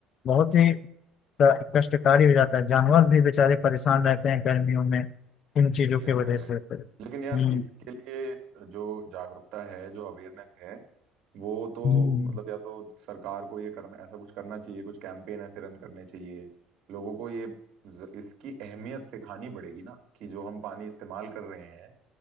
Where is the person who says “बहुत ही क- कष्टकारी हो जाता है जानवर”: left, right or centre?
Left